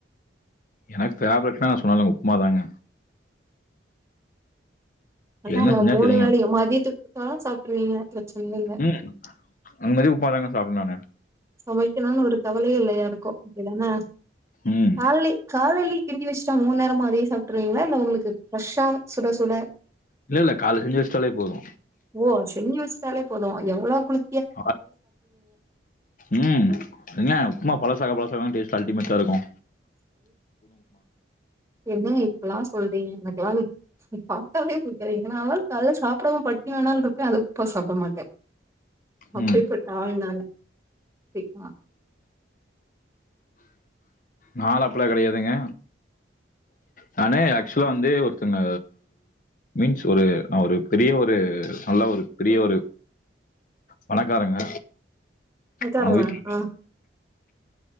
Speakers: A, on the left; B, on the right.
A: எனக்கு ஃபேவரெட்னா நா சொன்னால உப்மாதாங்க
B: அதாங்க
A: என்ன செஞ்சா
B: மூணு
A: சரிங்க.
B: வேளையு மதியத்துக் தா சாப்ட்ருவிங்க பிரசனயுமில்லா
A: ம். அந்த மாரி உப்மாதாங்க சாப்டுவெ நானு
B: சமைக்கணுனு ஒரு கவலையே இல்ல யாருக்கு அப்டிதான
A: ம்.
B: கால்லே காலைலே கிண்டி வச்சுட்டா மூனுநேரமு அதே சாப்ட்ருவிங்களா இல்ல உங்களுக்கு ப்ரெஷ்ஷா சுட சுட
A: இல்ல இல்ல கால்ல செஞ்சு வச்டாலே போது
B: ஓ செஞ்சி வச்சுட்டாலே போது எவ்வளோ குளி
A: ஆர் உம் என்ன உப்மா பழச சாக பழசாகதா டேஸ்ட் அல்டிமேட்டா இருக்கு
B: என்ன இப் பல்லா சொல்றீங்க எனக்குலா அத பாத்தாலே புடிக்காது இதனால லா காலல சாப்டாம பட்னி வேனாலு இருப்பே ஆனா உப்மா சாப்ட மாட்டே அப்பேர்பட்ட
A: ம்.
B: ஆல் நானு க்குமா
A: நாலா அப்பிட்லா கெடையாதுங்க நானு ஆக்சுவலா வந்து ஒருத்தங்க மீன்ஸ் ஒரு நா ஒரு பெரிய ஒரு நல்ல ஒரு பெரிய ஒரு பணக்காரங்க
B: <unintelligible>
A: அவங்க வீட்
B: ஆஹ்